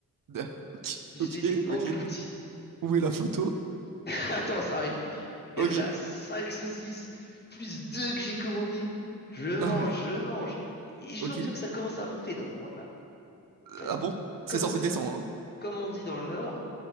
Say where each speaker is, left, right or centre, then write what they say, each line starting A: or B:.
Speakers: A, on the right; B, on the left.
A: Da- <laughs>
B: Je
A: Ok, ok,
B: les ai engloutis.
A: ok. Où est la photo?
B: <laughs> Attends, ça arrive. Et
A: Ok.
B: donc là, 5 saucisses plus 2 que j'ai commandées. Je mange,
A: Ah ouais.
B: je mange. Et je
A: Ok.
B: sens que, tu vois que ça commence à monter dans mon ventre là. En fait,
A: Ah bon? C'est
B: comme
A: censé
B: on dit,
A: descendre, hein.
B: comme on dit dans le Nord,